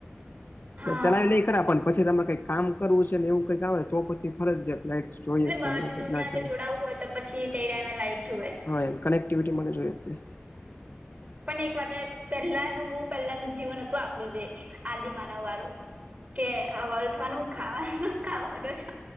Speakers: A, on the right; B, on the left.
A: હા
B: <inaudible> ચલાય નહીં કરા પણ પછી તરે કઈક કામ કરવું છે ને એવું કઈક આવે તો પછી ફરજ જત લાઈટ જોઈએ
A: એટલે
B: જ
A: બહણ
B: તેની એવું
A: ની
B: કંઈક
A: દુનિયા
B: ના
A: સાથે
B: ચાલે
A: જોડાવું હોય તો પછી તે ટાઈમે લાઈટ જોુવે છે
B: હા એમ કનેક્ટિવિટી માટે જોઈ
A: પણ એક વાત પહેલાનું બહ પહેલાનું જીવન હતું આપણું જે આદિમાનવ વાળું કે વળઠવાનું ખાવાનું ખાવાો છ